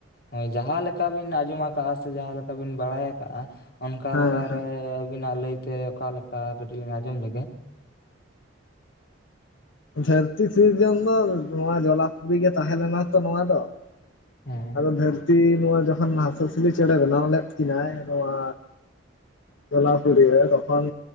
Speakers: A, on the left; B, on the left.
A: ᱦᱚᱭ ᱡᱟᱸᱦᱟ ᱞᱮᱠᱟ ᱵᱤᱱ ᱟᱸᱡᱚᱢ ᱟᱠᱟᱜᱼᱟ ᱥᱮ ᱡᱟᱦᱟᱸ ᱞᱮᱠᱟ ᱵᱤᱱ ᱵᱟᱲᱟᱭ ᱟᱠᱟᱜᱼᱟ ᱾ ᱚᱱᱠᱟ
B: ᱦᱮᱸ
A: ᱞᱮᱠᱟᱨᱮ
B: ᱦᱮᱸ
A: ᱟᱹᱵᱤᱱᱟᱜ ᱞᱟᱹᱭᱛᱮ ᱚᱠᱟᱞᱮᱠᱟ ᱠᱟᱹᱴᱤᱜ ᱞᱤᱧ ᱟᱸᱡᱚᱢ ᱞᱮᱜᱮ ᱾
B: ᱫᱷᱟᱹᱨᱛᱤ ᱥᱤᱨᱡᱚᱱ ᱫᱚ ᱱᱚᱣᱟ ᱡᱚᱞᱟᱯᱩᱨᱤ ᱜᱮ ᱛᱟᱦᱮᱸ ᱞᱮᱱᱟ ᱛᱚ ᱱᱚᱣᱟ ᱫᱚ ᱾
A: ᱦᱮᱸ
B: ᱟᱫᱚ ᱫᱷᱟᱹᱨᱛᱤ ᱱᱚᱣᱟ ᱡᱚᱠᱷᱚᱱ ᱦᱟᱸᱥ ᱦᱟᱹᱥᱞᱤ ᱪᱮᱬᱮ ᱵᱮᱱᱟᱣ ᱞᱮᱫ ᱠᱤᱱᱟᱹ ᱱᱚᱣᱟ ᱡᱚᱞᱟᱯᱩᱨᱤ ᱨᱮ ᱛᱚᱠᱷᱚᱱ